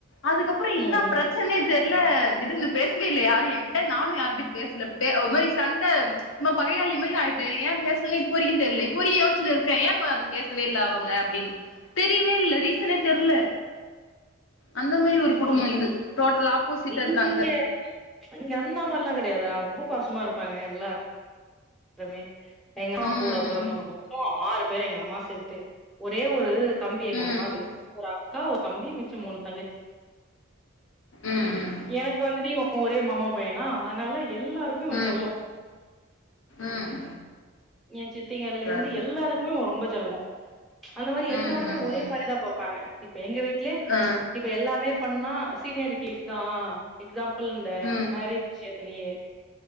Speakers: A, on the left; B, in the centre.
A: அதுக்கப்புறோ இன்னா
B: ம்
A: பிரச் சன்னே தெர்ல திடிர்னு பேசவே இல்ல யாரு எகிட்ட நானு யாருட்டையு பேசல பே அ ஒரு மாரி சண்ட நம்ம பகையாளி மாரி ஆய்ட்டே ஏ பேசல இப்போ வரைக்கு தெர்ல இப்போ வரைக்கு யோச்சினு இருக்கே ஏ நம்ம அது பேசவே இல்ல அவுங்க அப்டின்னு தெரியவே இல்ல ரீசனே தெர்ல அந்த மாரி ஒரு குடும்ப
B: ம்
A: இது டோட்டல் ஆப்போசிட்டா
B: இங்க
A: இருக்காங்க
B: இங்க அந்த மார்லா கெடையாது ரொம்ப பாசமா இருப்பாங்க எல்லா ருமே எங்க அம்மா
A: ம்
B: கூட பொறந்தவங்க மொத்தோ ஆறு பேர் எங்க அம்மா சேத்து ஒரே ஒரு தம்பி எங்க
A: ம்
B: அம்மாக்கு
A: ம்
B: ஒரு அக்கா ஒரு தம்பி மிச்சோ மூணு தங்கச்சி
A: ம் ம்
B: எனக்கு வந்துட்டு இவ ஒரே மாமா பையனா அதனால எல்லாருக்கு இவ
A: ம்
B: செல்லோ
A: ம் ம்
B: எ சித்திங்கல்லர்ந்து
A: பரவால்ல
B: எல்லாருக்குமே இவ ரொம்ப செல்லோ அந்த மாரி எல்லாருமே
A: ம் ம்
B: ஒரே
A: ம்
B: மாரிதா பாப்பாங்க இப்ப எங்க வீட்ல
A: ஆ
B: இப்ப எல்லாமே பண்ணா சீனியாரிட்டிஸ் தா எக்ஸாம்புள் இந்த
A: ம் ம்
B: மேரே ஜ் அதலயே